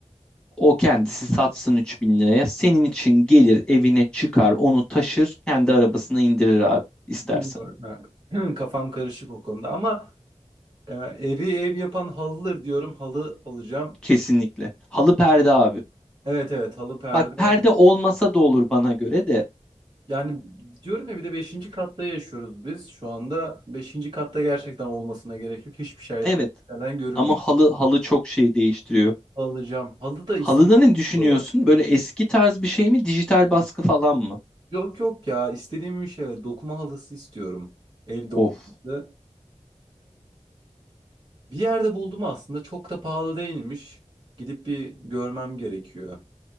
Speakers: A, in the centre; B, on the right.
A: O kendisi satsın 3000 liraya. Senin için gelir evine çıkar onu taşır kendi arabasına indirir abi istersen.
B: bilmiyorum. ha. <clears throat> Kafam karışık o konuda ama e, evi ev yapan halıdır diyorum. Halı alacağım.
A: Kesinlikle. Halı perde abi.
B: Evet evet halı perde.
A: Bak perde olmasa da olur bana göre de.
B: Yani diyorum ya bir de beşinci katta yaşıyoruz biz. Şu anda beşinci katta gerçekten olmasına gerek yok. Hiçbir şey,
A: Evet
B: şeyden görünmüyor.
A: Ama halı halı çok şey değiştiriyor.
B: Alacağım. Halı da istediğim
A: Halıda ne düşünüyorsun?
B: halı var.
A: Böyle eski tarz bir şey mi? Dijital baskı falan mı?
B: Yok yok ya istediğim bir şey var. Dokuma halısı istiyorum. El dokuması.
A: Of.
B: Bir yerde buldum aslında çok da pahalı değilmiş. Gidip bir görmem gerekiyor.